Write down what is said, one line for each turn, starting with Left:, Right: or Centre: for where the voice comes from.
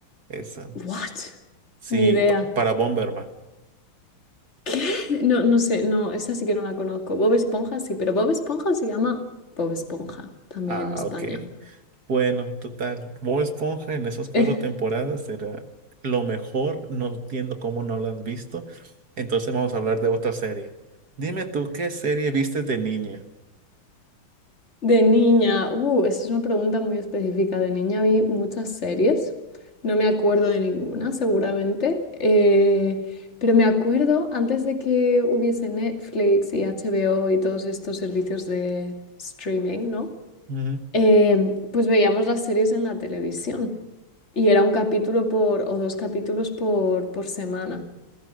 Right: esa,
Left: What?
Right: sí,
Left: Ni idea.
Right: pa- para Bomberman,
Left: ¿Qué? No, no sé, no, esa sí que no la conozco. Bob Esponja sí, pero Bob Esponja se llama Bob Esponja, también
Right: ah,
Left: en España.
Right: ok, Bueno, total, Bob Esponja en esas cuatro
Left: <laughs>
Right: temporadas era lo mejor, no entiendo cómo no lo has visto. Entonces vamos a hablar de otra serie. Dime tú, ¿qué serie viste de niña?
Left: De niña, uh, esa es una pregunta muy específica. De niña vi muchas series, no me acuerdo de ninguna, seguramente, eh, pero me acuerdo antes de que hubiese Netflix y HBO y todos estos servicios de streaming, ¿no?
Right: Ujú.
Left: eh, pues veíamos las series en la televisión y era un capítulo por o dos capítulos por, por semana.